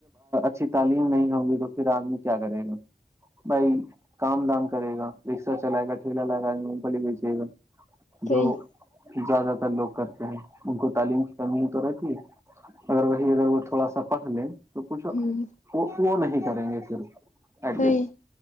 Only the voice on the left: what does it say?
صحیح
ہوں
صحیح